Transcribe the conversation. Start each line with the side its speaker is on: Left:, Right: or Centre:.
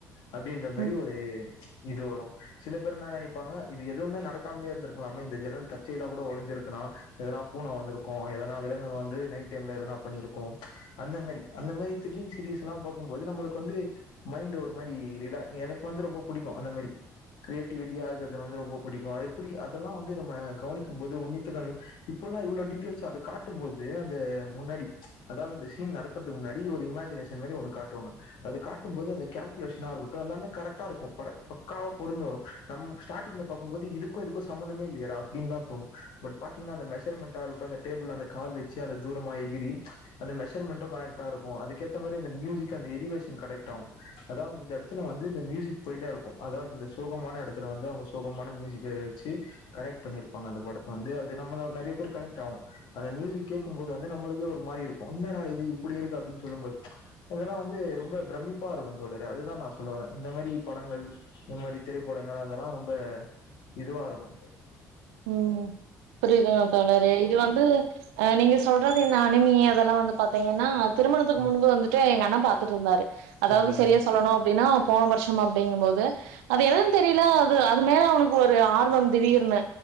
Left: அப்டின்ற மெரி
Right: ம்.
Left: ஒரு இது வரு சில பேர் என்னா நெனைப்பாங்க இது எதுவ்மே நடக்காம்லே இருந்துருக்லாமே இந்த ஜன்னல் தற்செயலா கூட ஒடஞ்சிருக்லா எதுனா பூன வந்துருக்கு எதனா விலங்குங்க வந்து நைட் டைம்ல எதுனா பண்ணிருக்கு அந்த மெரி அந்த மெரி த்ரில்லிங் சீரீஸ்லா பாகும்போது நம்மளுக்கு வந்து மைண்டு ஒரு மாரி ரிலா எனக்கு வந்து ரொம்ப புடிக்கு அந்த மெரி க்ரேட்டிவிட்டியா இருக்கற்து வந்து ரொம்ப புடிக்கு எப்டி அதெலா வந்து நம்ம கவனிக்கு போது உன்னித்து க இப்பெல்லா இவ்ளோ டீட்டயல்ஸ் அது காட்டும் போது அந்த முன்னாடி அதாவ்து இந்த சீன் நடக்கற்து முன்னாடி ஒரு இமஜினேஷன் மெரி ஒண்ணு காட்டுவாங்க அது காட்டுபோது அந்த கேல்குலேஷ்னாருக்ட்டு எல்லாமே கரெக்டாருக்கு பக்காவா பொருந்து வரு நம் ஸ்டாடிங்ல பாக்கும்போது இதுக்கு இதுக்கு சம்மந்தமே இல்லியடா அப்டின் தா தோணு பட் பாத்தீங்னா அந்த மெஷர்மெண்ட்டா இருக்டு அந்த டேபுள்ல அந்த கால் வச்சி அந்த தூரமா எகிறி அந்த மெஷர்மெண்ட்டு கனெட்டாருக்கு அதுக்கேத்த மெரி அந்த மியூசிக் அந்த எலிவேஷனு கனெக்டாவு அதாவ் இந்த எட்த்துல வந்து இந்த மியூசிக் பொய்டாரு இங்கு அதாவ்து இந்த சோகமான எடத்துல வந்து அவ்ங்க சோகமான மியூசிக்க வச்சி கனெக்ட் பண்ணிருப்பாங்க அந்த படத்த வந்து அது நம்மளோ நெறய பேரு கனெட்டாவு அந்த மியூசிக் கேக்கும்போது வந்து நம்மளுக்கே ஒரு மாரிருக்கு என்னடா இது இப்புடிருக்கு அப்டின் சொல்லும்போது இதெலா வந்து ரொம்ப ப்ரமிப்பாருக்கு தோழரே அதுதா நா சொல்ல வரே இந்த மெரி படங்கள் இந்த மாரி திரைப்படங்கள் அதெலா ரொம்ப இதுவாருக்கு
Right: ம் ப்ரியுதுங்க தோழரே இது வந்து அ நீங்க சொல்றது இந்த அனுமி அதெலா வந்து பாத்தீங்கன்னா திருமணத்துக்கு
Left: ம்
Right: முன்பு வந்துட்டு எங்க அண்ண பாத்துட்ருந்தாரு அதாவ்து
Left: அப்டிங்களா
Right: செரியா சொல்லணு அப்டின்னா போன வர்ஷம் அப்டிங்குபோது அது எதுன் தெரில அது அது மேல அவனுக் ஒரு ஆர்வம் திடீர்னு